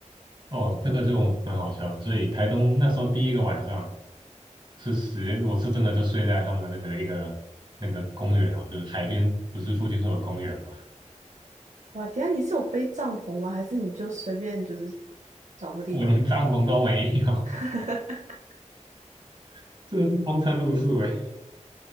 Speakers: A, on the right; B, on the right.
A: 哦，这个就很好笑的。所以台东那时候第一个晚上是十，我是真的就睡在他们的那个一个那个公园哦，就是海边，不是附近会有公园嘛？<laughs>
B: 哇，等一下你是有背帐篷吗？还是你就随便就是找个地方？
A: 我连帐篷都没有，
B: <laughs>
A: <laughs> 这是风餐露宿哎，